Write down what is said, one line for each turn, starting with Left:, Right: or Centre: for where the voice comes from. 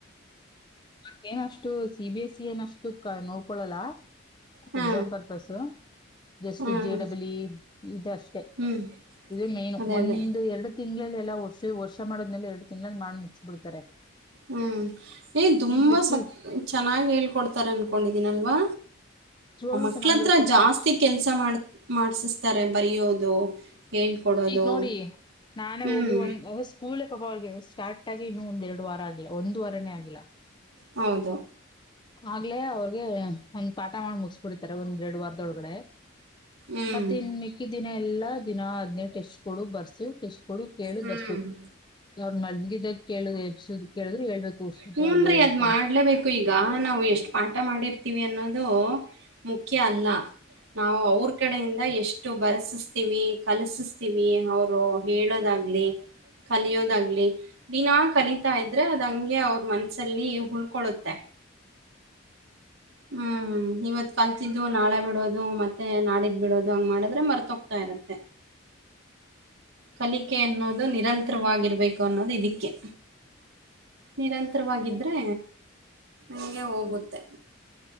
Left: ಮೇ ಅಷ್ಟು ಸಿ ಬಿ ಎಸ್ ಸಿ ಅಷ್ಟು ನೋಡ್ಕೊಳಲ್ಲ
Right: ಹಾ
Left: ಎಕ್ಸಾಂಪರ್ಪಸ್ ಜಸ್ಟ್
Right: ಹ್ಮ್
Left: ಜೆ ಡಬಲ್ ಇ ಇದ ಅಷ್ಟೆ
Right: ಹ್ಮ್
Left: ಇದು ಮೇನ್
Right: ಅದೇ
Left: ಒಂದು
Right: ಅದೇ
Left: ಎರಡು ತಿಂಗಳಗಳಲ್ಲಿ ಎಲ್ಲ ವರ್ಷ ವರ್ಷ ಮಾಡದ್ಮೇಲೆ ಎರಡು ತಿಂಗಳಲ್ಲಿ ಮಾಡಿ ಮುಗಿಸಿ ಬಿಡ್ತಾರೆ
Right: ಹ್ಮ್ ಏ ತುಂಬಾ
Left: ಮಿಕ್ಕಿ
Right: ಸ ಚೆನ್ನಾಗಿ ಹೇಳ್ಕೊಡ್ತಾರೆ ಅನ್ಕೊಂಡಿದೀನಲ್ವಾ
Left: ನಿಜವಾಗ್ಲೂ
Right: ಆ ಮಕ್ಳತ್ರ
Left: ಚೆನ್ನಾಗ್ ಹೇಳ್ಕೊಡುತ್ತೆ
Right: ಜಾಸ್ತಿ ಕೆಲ್ಸ ಮಾಡ ಮಾಡ್ಸಿಸ್ತಾರೆ ಬರಯೋದು ಹೇಳ್ ಕೊಡೋದು
Left: ಈಗ ನೋಡಿ ನಾನೇ
Right: ಹ್ಮ್
Left: ಹೋಗಿ ಒಂದ್ ಸ್ಕೂಲೇ ಪಾಪ ಅವಿಗೆ ಸ್ಟಾರ್ಟ ಆಗಿ ಇನ್ನೂ ಒಂದ ಎರಡು ವಾರ ಆಗಿಲ್ಲ ಒಂದ ವಾರೇ ಆಗಿಲ್ಲ
Right: ಹೌದು
Left: ಆಗ್ಲಲೆ ಅವ್ರಗೆ ಒಂದ್ ಪಾಠ ಮಾಡಿ ಮುಗಿಸಬಿಡ್ತಾರೆ ಒಂದ್ ಎರಡ್ ವಾರದೊಳಗಡೆ
Right: ಹ್ಮ್
Left: ಮತ್ತ ಇನ್ ಮೀಕ್ಕಿದ್ದಿನ ಎಲ್ಲಾ ದಿನ ಹದ್ನೇ ಟೆಸ್ಟ್ ಕೊಡು ಬರ್ಸೀ ಟೆಸ್ಟ್ ಕೊಡು ಕೇಳ
Right: ಹ್ಮ್
Left: ಬರ್ಸು ಅವ್ರ ಮಲಗಿದಾಗ ಕೇಳುದ ಎಬಿಸುದ ಕೇಳಿದ್ರು ಹೇಳ್ಬೇಕು ಸುದ್ದವಾಗಿ
Right: ಹೂನ್
Left: ಬರಿಬೇಕು
Right: ರೀ ಅದ್ ಮಾಡ್ಲೇಬೇಕು ಈಗ ನಾವು ಎಷ್ಟು ಪಾಠ ಮಾಡಿರ್ತೀವಿ ಅನ್ನೋದು ಮುಖ್ಯ ಅಲ್ಲಾ ನಾವು ಅವ್ರ ಕಡೆಯಿಂದ ಎಷ್ಟು ಎಷ್ಟು ಬರಸಸತೀವಿ ಕಲಸಿಸ್ತೀವಿ ಅವರು ಹೇಳೋದಾಗ್ಲಿ ಕಲಿಯೋದಾಗ್ಲಿ ದಿನಾ ಕಲಿತಾ ಇದ್ರೆ ಅದು ಹಂಗೆ ಅವ್ರ ಮನಸ್ಸಲ್ಲಿ ಉಳ್ಕೊಳ್ಳುತ್ತೆ ಹ್ಮ್ ಇವತ್ ಕಲ್ತಿದ್ದು ನಾಳೆ ಬಿಡೋದು ಮತ್ತೆ ನಾಡಿದ್ ಬಿಡೋದು ಹಂಗ್ ಮಾಡಿದ್ರೆ ಮರ್ತೋಗ್ತಾ ಇರತ್ತೆ ಕಲಿಕೆ ಅನ್ನೋದು ನಿರಂತರವಾಗಿರ್ಬೇಕು ಅನ್ನೋದು ಇದಿಕ್ಕೆ ನಿರಂತರವಾಗಿದ್ದರೆ ಹಂಗೆ ಹೋಗುತ್ತೆ